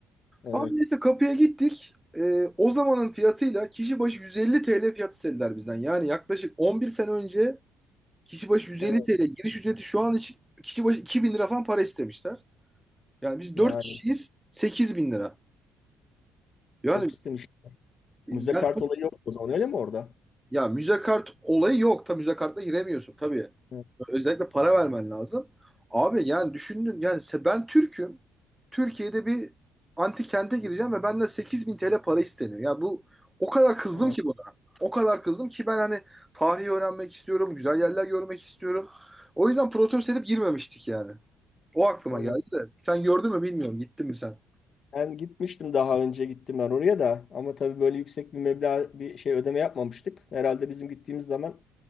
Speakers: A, on the left; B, in the centre.
A: evet.
B: Abi neyse kapıya gittik. Ee, o zamanın fiyatıyla kişi başı 150 TL fiyat istediler bizden. Yani yaklaşık 11 sene önce kişi başı 150
A: Evet,
B: TL giriş ücreti şu an için kişi başı 2000 lira falan para istemişler. Yani biz
A: yani
B: 4 kişiyiz 8000 lira. Yani
A: çok istemiş.
B: yani
A: Müze kart
B: çok-
A: olayı yok o zaman öyle mi orada?
B: ya müze kart olayı yok. Tabii müze kartla giremiyorsun tabii.
A: Evet,
B: Özellikle para vermen lazım. Abi yani düşündün yani se- ben Türk'üm. Türkiye'de bir antik kente gireceğim ve benden 8000 TL para isteniyor. Ya bu o kadar kızdım
A: evet.
B: ki buna. O kadar kızdım ki ben hani tarihi öğrenmek istiyorum, güzel yerler görmek istiyorum. O yüzden protest edip girmemiştik yani. O aklıma
A: evet.
B: geldi de. Sen gördün mü bilmiyorum. Gittin mi sen?
A: Ben gitmiştim daha önce gittim ben oraya da ama tabii böyle yüksek bir meblağ bir şey ödeme yapmamıştık. Herhalde bizim gittiğimiz zaman